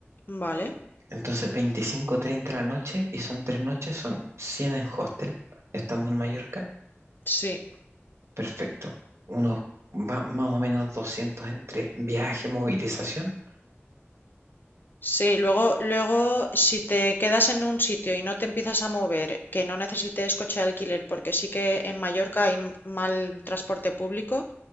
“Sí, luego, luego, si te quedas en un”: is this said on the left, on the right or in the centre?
Left